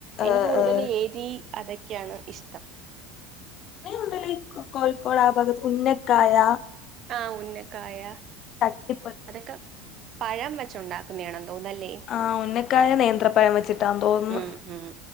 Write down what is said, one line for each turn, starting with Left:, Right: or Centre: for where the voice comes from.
Left: ആഹ്
Right: എനിക്ക് കൂടു
Left: ആഹ്
Right: എരി അതൊക്കെയാണ് ഇഷ്ടം.
Left: നീ യുണ്ടെടി കോഴിക്കോട് ആ ഭാഗത്ത് ഉന്നക്കായ
Right: ആ ഉന്നക്കായ
Left: ചട്ടിപത്തി
Right: അതൊക്കെ പഴം വച്ചോണ്ടാക്ക്ന്നെയാണെന്ന് തോന്നല്ലേ?
Left: ആഹ് ഉന്നക്കായ നേന്ത്രപ്പഴം വച്ചിട്ടാ തോന്നുന്ന്
Right: ഉം ഉം